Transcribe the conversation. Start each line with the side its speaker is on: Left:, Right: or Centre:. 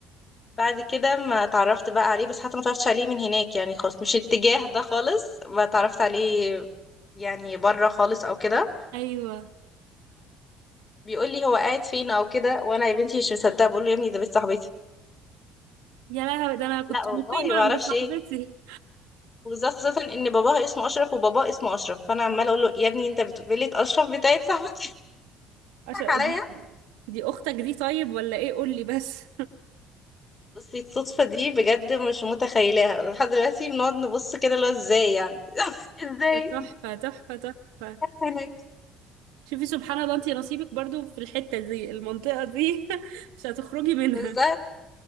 Left: فبعد كده ما اتعرفت بقى عليه بس حتى ما اتعرفتش عليه من هناك يعني خالص مش الاتجاه ده خالص ما اتعرفت عليه يعني بره خالص او كده
Right: ايوه
Left: بيقول لي هو قاعد فين او كده وانا يا بنتي مش مصدقه بقول له يا ابني ده بنت صاحبتي
Right: يا لهوي ده انا كنت
Left: لا والله
Right: مقيمة
Left: ما
Right: عند
Left: اعرفش
Right: صاحبتي
Left: ايه وبالذات خاصه ان باباها اسمه اشرف وباباه اسمه اشرف فانا عماله اقول له يا ابني انت بتقول لي اشرف بتاعت صاحبتي
Right: عشان
Left: بتضحك عليا
Right: دي دي اختك دي طيب ولا ايه قولي بس
Left: بصي الصدفه دي بجد مش متخيلاها لحد دلوقتي بنقعد نبص كده اللي هو ازاي يعني <laughs>
Right: <laughs>
Left: ازاي
Right: ده تحفة تحفة تحفة
Left: هناك
Right: شوفي سبحان الله انتي نصيبك برضو في الحتة دي المنطقة دي <laughs> مش هتخرجي منها
Left: بالظبط